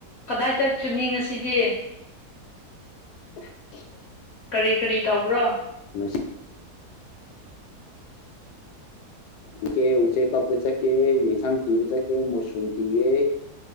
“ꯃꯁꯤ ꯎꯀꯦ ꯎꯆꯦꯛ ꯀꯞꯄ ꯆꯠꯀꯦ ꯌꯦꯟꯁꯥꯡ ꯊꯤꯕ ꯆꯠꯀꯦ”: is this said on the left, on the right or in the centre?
Left